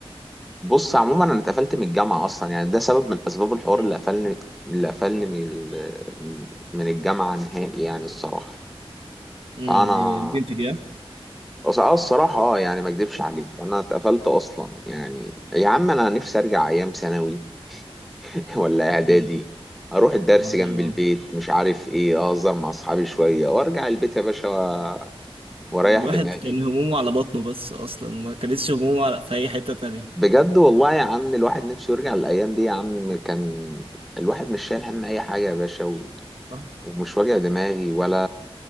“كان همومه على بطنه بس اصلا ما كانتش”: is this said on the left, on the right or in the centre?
Right